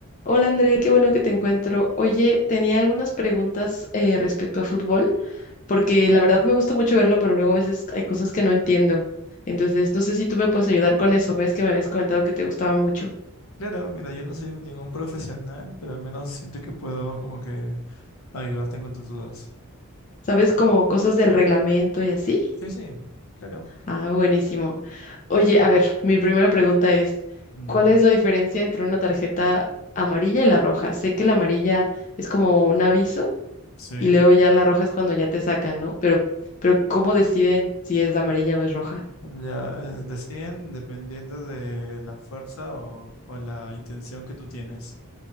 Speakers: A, on the left; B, on the left.
A: Hola André, qué bueno que te encuentro. Oye, tenía algunas preguntas eh, respecto a fútbol, porque la verdad me gusta mucho verlo, pero luego a veces hay cosas que no entiendo. Entonces, no sé si tú me puedes ayudar con eso. Ves que me habías comentado que te gustaba mucho.
B: Claro, mira, yo no soy ningún profesional, pero al menos siento que puedo como que ayudarte con tus dudas.
A: ¿Sabes como cosas del reglamento y así?
B: Sí, sí, claro.
A: Ah, buenísimo. Oye, a ver, mi primera pregunta es,
B: Ya,
A: ¿cuál es la diferencia entre una tarjeta amarilla y la roja? Sé que la amarilla es como un aviso
B: sí.
A: y luego ya la roja es cuando ya te sacan, ¿no? Pero, pero ¿cómo deciden si es amarilla o es roja?
B: Ya, eh, deciden dependiendo de la fuerza o, o la intención que tú tienes.